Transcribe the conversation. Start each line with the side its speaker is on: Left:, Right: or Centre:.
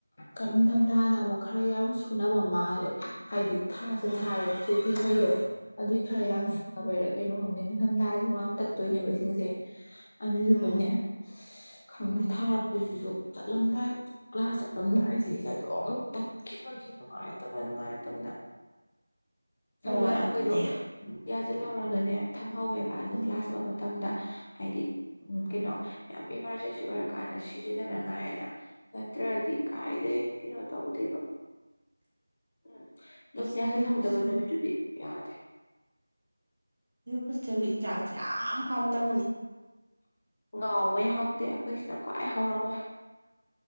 Left: ꯀꯅꯤꯡꯊꯝꯊꯥꯅ ꯑꯃꯨꯛ ꯈꯔ ꯌꯥꯝ ꯁꯨꯅꯕ ꯃꯥꯜꯂꯦ ꯍꯥꯏꯗꯤ ꯊꯥꯁꯨ
Right: ꯎꯝ
Left: ꯊꯥꯏꯌꯦꯕ ꯁꯤꯈꯩꯗꯣ <unintelligible> ꯑꯗꯨꯏ ꯈꯔ
Right: ꯎꯝ
Left: ꯌꯥꯝ ꯁꯨꯅꯕꯩꯔ ꯀꯩꯅꯣ ꯈꯪꯗꯦ ꯅꯤꯡꯊꯝꯊꯥꯒꯤ ꯋꯥꯑꯃ <unintelligible> ꯇꯠꯇꯣꯏꯅꯦꯕ ꯏꯁꯤꯡꯁꯦ ꯑꯗꯨꯗꯨꯒꯅꯦ
Right: ꯎꯝ
Left: ꯈꯪꯗꯦ
Right: ꯎꯝ
Left: ꯊꯥꯔꯛꯄꯁꯤꯁꯨ ꯆꯠꯂꯝꯗꯥꯏ ꯀ꯭ꯂꯥꯁ ꯆꯂꯝꯗꯥꯏꯁ‌ꯦ ꯁꯤꯗ ꯑꯗꯨꯝ ꯇꯠꯈꯤꯕꯒꯤ ꯅꯨꯡꯉꯥꯏꯇꯕꯅ ꯅꯨꯡꯉꯥꯏꯇꯕꯅ
Right: <inaudible> ꯍꯣꯏ
Left: ꯑꯗꯨꯅ <unintelligible> ꯑꯩꯈꯣꯏꯗꯣ
Right: ꯑꯗꯨꯅꯦ
Left: ꯌꯥꯁꯤꯜꯍꯧꯔꯒꯅꯦ ꯊꯝꯍꯧꯋꯦꯕ ꯑꯗꯣ
Right: ꯎꯝ
Left: ꯀ꯭ꯂꯥꯁ ꯑꯃ ꯃꯇꯝꯗ ꯍꯥꯏꯗꯤ ꯀꯩꯅꯣ ꯌꯥꯝ ꯏꯃꯥꯔꯖꯦꯟꯁꯤ ꯑꯣꯏꯔꯀꯥꯟꯗ ꯁꯤꯖꯤꯟꯅꯅꯉꯥꯏꯅ ꯅꯠꯇ꯭ꯔꯗꯤ ꯀꯥꯏꯗꯩ ꯀꯩꯅꯣ ꯇꯧꯗꯦꯕ
Right: <inaudible>
Left: ꯎꯝ ꯝꯗꯨꯝꯌꯥꯁꯤꯜꯍꯧꯗꯕ
Right: ꯑꯁ ꯅꯣꯏ ꯍꯣꯁꯇꯦꯜ
Left: ꯅꯨꯃꯤꯠꯇꯨꯗꯤ ꯌꯥꯗꯦ
Right: ꯅꯣꯏ ꯍꯣꯁꯇꯦꯜꯗꯨ ꯌꯦꯟꯖꯥꯡꯁꯨ ꯌꯥꯝ ꯍꯥꯎꯇꯕꯅꯤ
Left: ꯉꯥꯎ ꯑꯃ <unintelligible> ꯌꯥꯥꯎꯗꯦ ꯑꯩꯈꯣꯏꯁꯤꯅ ꯈ꯭ꯋꯥꯏ ꯍꯥꯎꯔꯝꯃꯣꯏ